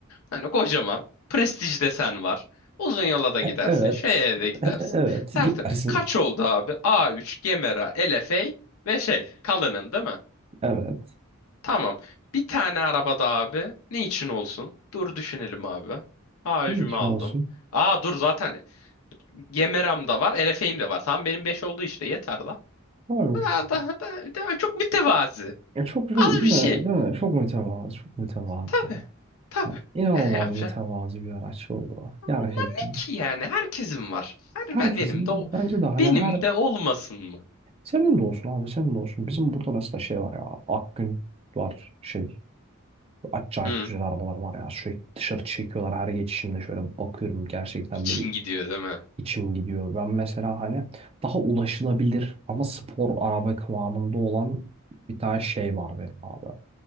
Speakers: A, on the left; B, on the right.
A: Hani kocaman. Prestij desen var. Uzun yola da gidersin.
B: E- Evet,
A: Şeye de gidersin.
B: <laughs> evet, gidersin.
A: Tertemiz. Kaç oldu abi? A3, Gemera, LFA ve şey Cullinan değil mi?
B: Evet.
A: Tamam. Bir tane araba da abi. Ne için olsun? Dur düşünelim abi. A3'ümü
B: Ne için
A: aldım.
B: olsun?
A: Aa dur zaten Gemera'm da var. LFA'im de var. Tam benim 5 oldu işte yeter da.
B: Varmış.
A: Daha, daha, daha, daha çok mütevazı.
B: Ya çok çok
A: Az
B: değil mi?
A: bir şey.
B: Değil mi? Çok mütevazı, çok mütevazı.
A: Tabii. Tabii.
B: Ha, İnanılmaz
A: Yani yapacağım.
B: mütevazı bir araç oldu. o.
A: Ama
B: Gerçekten.
A: Bunlar ne ki yani? Herkesin var. Her
B: Herkesin
A: ben benim de o-
B: bence de hani
A: benim
B: her
A: de olmasın mı?
B: senin de olsun abi senin de olsun. Bizim burada mesela şey var ya Akgün var şey acayip
A: Hı.
B: güzel arabalar var ya sürekli dışarı çekiyorlar her geçişimde şöyle bakıyorum gerçekten
A: İçin
B: böyle
A: gidiyor değil mi?
B: içim gidiyor. Ben mesela hani daha ulaşılabilir ama spor araba kıvamında olan bir tane şey var benim abi.